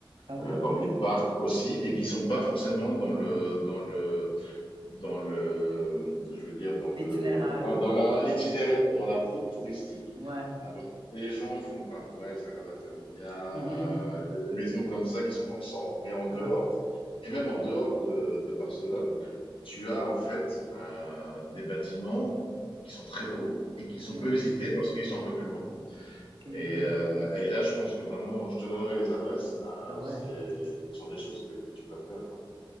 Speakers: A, on the right; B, on the left.
A: Ah oui,
B: euh,
A: OK.
B: dans des parcs aussi, et qui sont pas forcément dans le dans le dans le, je veux dire, dans
A: L'itinéraire.
B: le, ah,
A: euh,
B: dans la, l'itinéraire, dans la route touristique.
A: Ouais.
B: Euh, parce que les gens font le parc Güell, Sagrada Familia,
A: Mhm, mhm.
B: euh, des maisons comme ça qui sont dans le centre, mais en
A: Ah,
B: dehors,
A: ah.
B: et même en dehors de, de Barcelone, tu as en fait euh, des bâtiments qui sont très beaux et qui
A: OK,
B: sont peu visités parce qu'ils sont un peu plus loin.
A: OK.
B: Et, euh, et là, je pense que vraiment, je te donnerai les adresses. Ah,
A: Ah ouais.
B: c'est, ce sont des choses que, que tu dois faire, quoi.